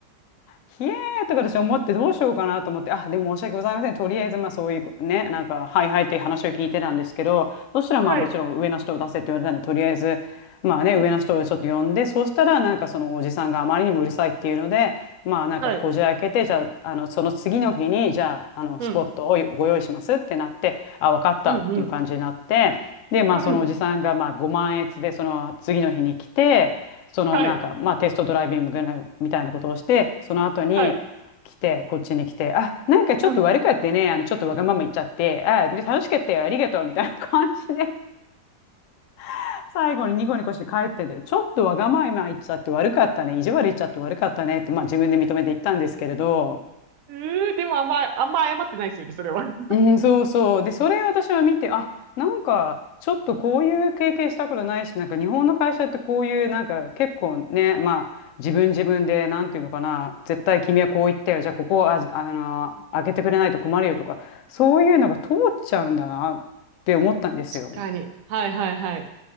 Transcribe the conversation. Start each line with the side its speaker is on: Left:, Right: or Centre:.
Left: ひえーとか私思ってどうしようかなと思って、あ、でも申し訳ございません。とりあえず、まあそういうね、なんか、はいはいって話を聞いてたんですけど、そしたらまあもちろん上の人を出せって言われたんで、
Right: はい。
Left: とりあえず、まあね、
Right: うん。
Left: 上の人をちょっと呼んで、そうしたらなんかそのおじさんがあまりにもうるさいっていうので、まあなんかこじ開けて、
Right: はい。
Left: じゃあ、あの、その次の日に、じゃあ、あの、
Right: うん。
Left: スポットをご用意しますってなって、あ、わかったっていう感じになって、
Right: うん。うん。
Left: で、まあそのおじさんがまあ5万円でその次の日に来て、
Right: はい。
Left: そのなんか、
Right: はい
Left: まあ、テストドライビングみたいなことをして、その後に来て、
Right: はい。
Left: こっちに来て、あ、なんかちょっと悪かったね、
Right: <laughs> うん。
Left: あの、ちょっとわがまま言っちゃって、あ、楽しかったよ、ありがとう、みたいな感じで、<laughs> 最後にニコニコして帰ってて、ちょっとわがまま言っちゃって悪かったね、意地悪言っちゃって悪かったねって、まあ、自分で認めて言ったんですけれど、
Right: うー、でもあんま、あんま謝ってないですよね、それは。<laughs> 確
Left: うん、そうそう。で、それ私は見て、あ、なんか、ちょっとこういう経験したことないし、なんか日本の会社ってこういう、なんか結構ね、まあ、自分自分で、なんていうのかな、絶対君はこう言ったよ、じゃあここをあ、あの、開けてくれないと困るよとか、そういうのが通っちゃうんだなって思ったんですよ。
Right: かに。はいはいはい。